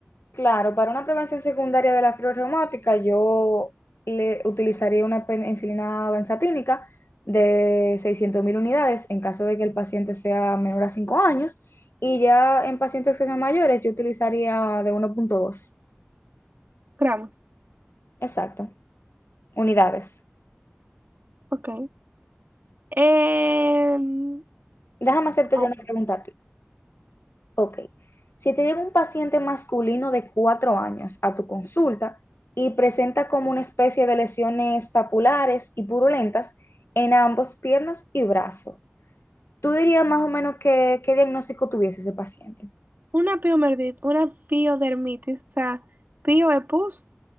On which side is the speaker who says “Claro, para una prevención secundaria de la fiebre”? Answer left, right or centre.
Left